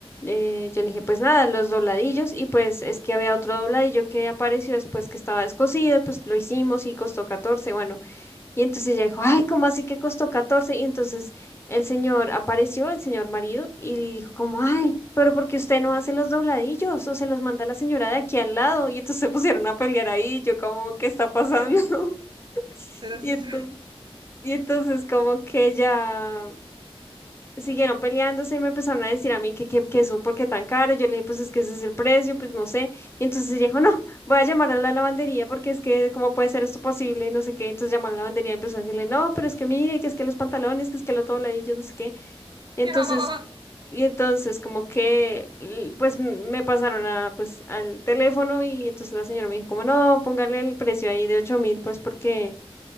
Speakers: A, on the left; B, on the right.
A: eh, yo le dije, pues nada, los dobladillos y pues es que había otro dobladillo que apareció después que estaba descosido, pues lo hicimos y costó catorce bueno, y entonces ella dijo, ay, ¿cómo así que costó catorce Y entonces el señor apareció, el señor marido, y le dijo como, ay, pero porque usted no hace los dobladillos o se los manda la señora de aquí al lado. Y entonces se pusieron a pelear ahí, yo como, ¿qué está pasando?
B: Oh, Dios,
A: <laughs>
B: pero es
A: Y
B: eso.
A: entonces,
B: <laughs>
A: y entonces como que ella siguieron peleándose y me empezaron a decir a mí que, que, que eso, ¿por qué tan caro? Yo le dije, pues es que ese es el precio, pues no sé. Y entonces ella dijo, no, voy a llamar a la lavandería porque es que, ¿cómo puede ser esto posible? No sé qué. Entonces llamó a la lavandería y empezó a decirle, no, pero es que mire, que es que los pantalones, que es que lo todo, y yo no sé qué. Entonces,
B: No.
A: y entonces como que, l- pues m- me pasaron a, pues, al teléfono y entonces la señora me dijo, como no, póngale el precio ahí de ocho mil, pues porque